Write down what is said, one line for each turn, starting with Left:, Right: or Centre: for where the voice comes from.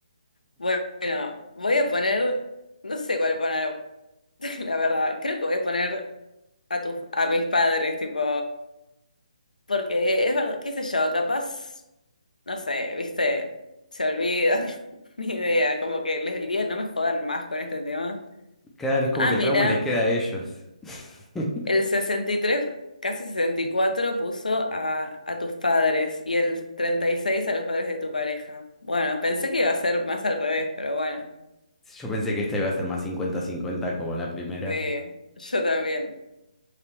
Left: Bueno, voy a poner, no sé cuál poner, <laughs> la verdad, creo que voy a poner a tus, a mis padres, tipo. Porque es verdad, qué sé yo, capaz, no sé, viste, se olvida, <laughs> ni idea, como que les diría no me jodan más con este tema.
Centre: Claro, es como
Left: Ah,
Centre: que el
Left: mira,
Centre: trauma les queda a ellos. <laughs>
Left: el 63 casi 64 puso a, a tus padres y el 36 a los padres de tu pareja. Bueno, pensé que iba a ser más al revés, pero bueno,
Centre: Yo pensé que esta iba a ser más 50-50 como la primera.
Left: sí, yo también.